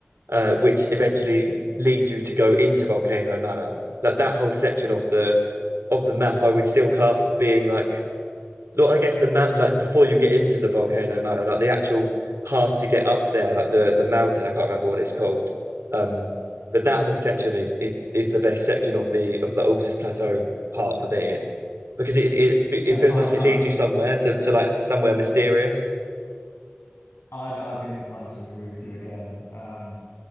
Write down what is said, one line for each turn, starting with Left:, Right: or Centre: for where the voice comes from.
Right: uh, which eventually leads you to go into Volcano Manor. Like that whole section of the of the map, I would still class as being like Look, I guess the mount like before you get into the volcano Mano, like the actual path to get up there, like the the mountain. I can't remember what it's called. Um, but that whole section is is is the best section of the of the Altus Plateau part for me because it it it
Left: Yeah,
Right: feels
Left: I'd
Right: like
Left: I'd
Right: it leads you somewhere to to like somewhere mysterious.
Left: I'd I'd be inclined to agree with you again. Um,